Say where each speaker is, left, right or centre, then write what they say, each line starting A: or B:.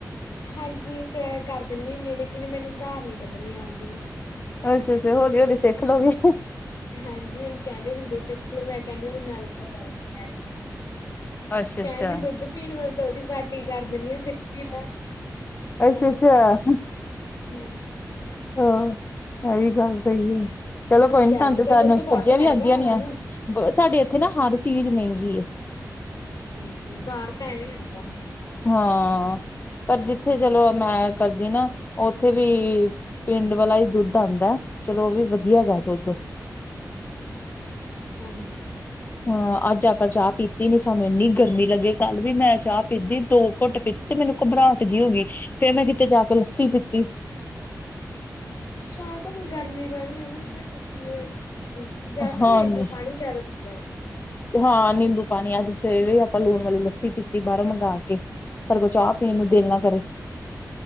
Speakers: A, on the left (about 75°); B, on the left (about 30°).
A: ਹਾਂਜੀ ਕ ਕਰ ਦਿੰਦੀ ਹੁੰਦੀ ਆ, ਲੇਕਿਨ ਮੈਨੂੰ ਧਾਰ ਨਹੀਂ ਕੱਢਣੀ ਆਉਂਦੀ।
B: ਅੱਛਾ-ਅੱਛਾ ਹੌਲੀ-ਹੌਲੀ ਸੇਖ ਲੋਗੇ।
A: ਹਾਂਜੀ ਮੈਨੂੰ ਕੈਂਦੇ ਹੁੰਦੇ ਸੀ, ਮੈਂ ਕੈਂਦੀ ਮੈਨੂੰ ਅਲਖਤ ਆਂਦੀ ਬੈਠੀ ਸੀ।
B: ਅੱਛਾ ਅੱਛਾ।
A: ਕੈਂਦੇ ਦੁੱਧ ਪੀਣ ਵੇਲੇ ਤਾਂ ਉਦੀ ਬਾਟੀ ਕਰ ਦਿੰਦੀ ਆ ਸੇਖ ਵੀ ਲੈ।
B: ਅੱਛਾ-ਅੱਛਾ।
A: ਹੂੰ।
B: ਹਾਂ ਐ ਵੀ ਗੱਲ ਸਹੀ ਏ। ਚਲੋ ਕੋਈ
A: ਸ਼ਹਿਰ
B: ਨੀ ਤਾਨੂੰ
A: ਚ ਤਾਂ ਦੁੱਧ
B: ਸਬਜ਼ੀਆਂ
A: ਬਹੁਤ ਮਹਿੰਗਾ
B: ਵੀ ਆਂਦੀਆਂ
A: ਹੋਣਾ
B: ਹੋਨੀਆ,
A: ਨਾ।
B: ਸਾਡੇ ਏਥੇ ਨਾ ਹਰ ਚੀਜ਼ ਮੈਂਗੀ ਏ।
A: ਹਾਂਜੀ ਬਾਰ ਤਾਂ ਐਵੇਂ ਹੂੰਦੈ ਨਾ।
B: ਹਾਂ ਪਰ ਜੀ ਜਿੱਥੇ ਚਲੋ ਮੈਂ ਕਰਦੀ ਨਾ ਉੱਥੇ ਵੀ ਪਿੰਡ ਵਾਲਾ ਹੀ ਦੁੱਧ ਆਂਦੈ। ਚਲੋ ੳ ਵੀ ਵਧੀਆ ਹੈਗਾ
A: ਅੱਛਾ
B: ਦੁੱਧ।
A: ਹਾਂਜੀ
B: ਹਾਂ ਅੱਜ ਆਪਾਂ ਚਾ ਪੀਤੀ ਨੀ, ਸਾਨੂੰ ਇੰਨੀ ਗਰਮੀ ਲੱਗੇ ਕੱਲ ਵੀ ਮੈਂ ਚਾ ਪੀਤੀ ਦੋ ਕੁੱਟ ਪੀਤੀ ਤੇ ਮੈਨੂੰ ਘਬਰਾਹਟ ਜਿ ਹੋ ਗੀ, ਫੇਰ ਮੈਂ ਕਿਤੇ ਜਾ ਕੇ ਲੱਸੀ ਪੀਤੀ।
A: ਚਾ ਤਾਂ ਹੁਣ ਗਰਮੀ ਵਾਲੀ ਏ ਨਾ, ਘੱਟ ਪੀਨੇ ਆ ਅਸੀਂ। ਜਾਂ ਫਿਰ
B: ਹਾਂਜੀ
A: ਨਿੰਬੂ ਪਾਣੀ ਜਿਆਦਾ ਪੀਆ ਕਰੋ।
B: ਹਾਂ ਨਿੰਬੂ ਪਾਣੀ, ਅੱਜ ਸਵੇਰੇ ਆਪਾਂ ਲੂਣ ਵਾਲੀ ਲੱਸੀ ਪੀਤੀ ਬਾਰੋਂ ਮੰਗਵਾ ਕੇ। ਸਾਡੇ ਕੋਲ ਚਾ ਪੀਣ
A: ਅੱਛਾ।
B: ਨੂੰ ਦਿਲ ਨਾ ਕਰੇ।